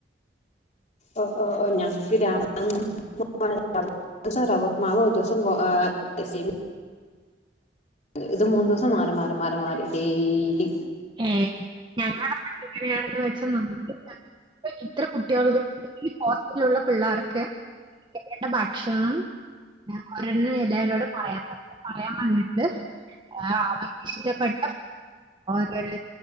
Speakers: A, on the left; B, on the right.
A: ഓ ഓ ഞങ്ങക്ക് രാവിലെ <inaudible> ഒരുസം റവഉപ്പമാവ് ഒരുസം ഗോ എഹ് സെ ഇത് മൂന്ന് ദിവസം മാറി മാറി മാറി മാറി ഡെയ്ലി
B: ഏ ഞങ്ങളുടെ <inaudible> വെച്ച നമുക്ക് ഇപ്പൊ ഇത്ര കുട്ടികള് ഈ ഹോസ്റ്റലിലുള്ള പിള്ളേർക്ക് എങ്ങെനെ ഉണ്ട് ഭക്ഷണം. ഒരെണ്ണം എല്ലാവരോട് പറയാൻ പറ പറയാൻ പറഞ്ഞിട്ട് ആ അവർക്ക് ഇഷ്ടപ്പെട്ട <unintelligible> ഒരു